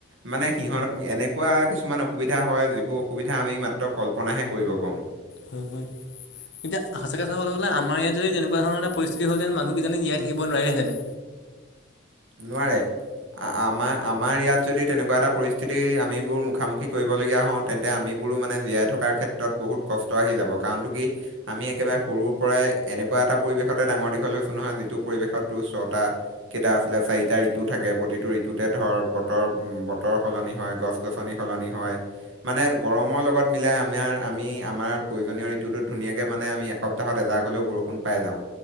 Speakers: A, on the right (about 80°); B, on the left (about 65°).
A: মানে সিহঁত এনেকুৱা কিছুমান অসুবিধা হয় যিবোৰ অসুবিধা আমি মাত্ৰ কল্পনাহে কৰিব পাৰোঁ।
B: হয় হয়। এতিয়া সচা কথা ক'বলৈ গ'লে ইয়াত যদি তেনেকুৱাধৰণে পৰিস্থিতি হ'লহেতেন মানুহ কিজানি জীয়াই থাকিব নোৱাৰিলেহেতেন।
A: নোৱাৰে। আ আমাৰ আমাৰ ইয়াত যদি তেনেকুৱা এটা পৰিস্থিতি আমিবোৰ মুখামুখি কৰিবলগীয়া হওঁত- তেন্তে আমিবোৰো মানে জীয়াই থকাৰ ক্ষেত্ৰত বহুত কষ্ট আহি যাব কাৰণটো কি- আমি একেবাৰে সৰুৰ পৰাই এনেকুৱা এটা পৰিৱেশতে ডাঙৰ দীঘল হৈছো নহয় যিটো পৰিৱেশত তোৰ ছটা- কেইটা আছিলে? চাৰিটা ঋতু থাকে প্ৰতিটো ঋতুতে ধৰ বতৰ- বতৰ সলনি হয় গছ গছনি সলনি হয়। মানে গৰমৰ লগত মিলাই আমাৰ আমি আমাৰ প্ৰয়োজনীয় ঋতুটোত ধুনীয়াকৈ মানে আমি এসপ- সপ্তাহত এজাগ হলেও বৰষুণ পাই যাওঁ